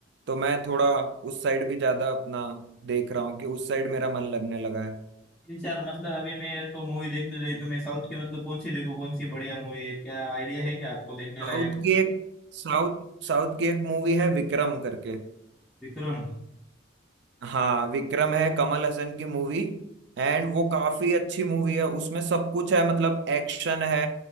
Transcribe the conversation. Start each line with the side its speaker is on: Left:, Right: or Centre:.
Right: तो मैं थोड़ा उस साइड भी ज्यादा अपना देख रहा हूँ कि उस साइड मेरा मन लगने लगा है
Centre: यार मतलब अभी मैं तो मूवी देखने रही तो मैं साउथ की मतलब कौन सी देखो कौन सी बढ़िया मूवी है क्या आइडिया है क्या आपको देखने
Right: साउथ
Centre: लायक
Right: की एक साउथ साउथ की एक मूवी है विक्रम करके
Centre: विक्रम
Right: हाँ विक्रम है कमल हसन की मूवी एंड वो काफी अच्छी मूवी है उसमें सब कुछ है मतलब एक्शन है